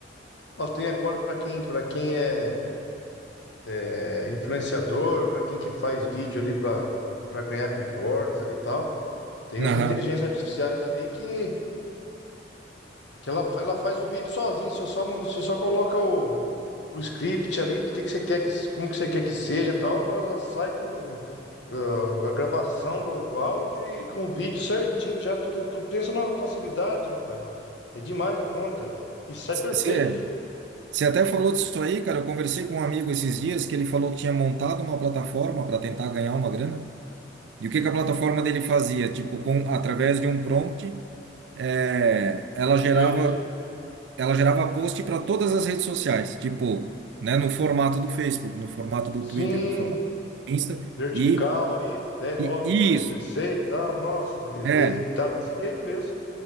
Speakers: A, on the left; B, on the right.
A: Nós tem agora para quem, para quem é, é influenciador, para quem que faz vídeo ali para para ganhar com cortes ali e tal. Tem as
B: Aham.
A: inteligências artificiais ali que, que ela, fa- ela faz o vídeo sozinha, só, só, você só coloca o, o script ali, do que que você quer que, como que você quer que seja, tal, ela ela sai com ah, a gravação do áudio e com o vídeo certinho, já tudo. Com- Pensa numa facilidade, rapaz. É demais da conta. E sai perfeito.
B: Você você até falou disso aí, cara. Eu conversei com um amigo esses dias que ele falou que tinha montado uma plataforma para tentar ganhar uma grana. E o que que a plataforma dele fazia? Tipo, com, através de um prompt, é, ela gerava,
A: É isso.
B: ela gerava post para todas as redes sociais, tipo, né, no formato do Facebook, no formato do
A: Sim,
B: Twitter, no formato do Insta.
A: vertical
B: E,
A: ali, até nove
B: e e
A: por
B: isso.
A: dezesseis e tal. Nossa, ele,
B: É,
A: ele tá desse jeito mesmo.